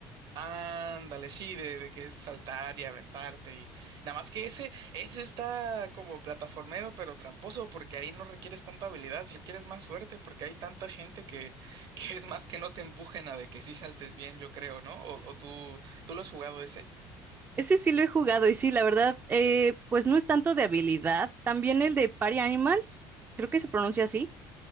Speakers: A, on the right; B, on the right.
A: Ándale, sí, de, de que es saltar y aventarte y nada más que ese, ese está como plataformero pero tramposo porque ahí no requieres tanta habilidad, requieres más suerte porque hay tanta gente que, <laughs> que es más que no te empujen a de que sí saltes bien, yo creo, ¿no? O, o tú, ¿tú lo has jugado ese?
B: Ese sí lo he jugado y sí, la verdad, eh, pues no es tanto de habilidad. También el de Party Animals, creo que se pronuncia así,